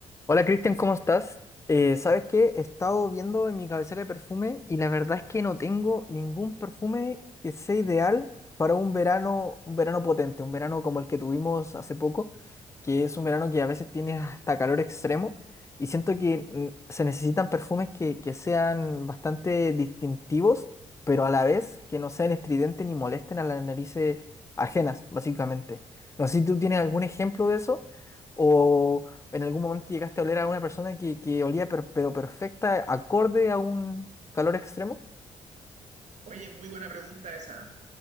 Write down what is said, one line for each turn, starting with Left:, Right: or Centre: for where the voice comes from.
Left: Hola Cristian, ¿cómo estás? Eh, ¿sabes qué? He estado viendo en mi cabecera de perfume y la verdad es que no tengo ningún perfume que sea ideal para un verano, un verano potente, un verano como el que tuvimos hace poco, que es un verano que a veces tiene hasta calor extremo y siento que mm, se necesitan perfumes que, que sean bastante distintivos, pero a la vez que no sean estridentes ni molesten a las narices ajenas, básicamente. No sé si tú tienes algún ejemplo de eso o en algún momento llegaste a oler a una persona que, que olía per- pero perfecta, acorde a un calor extremo?
Right: Oye, muy buena pregunta esa. ¿eh?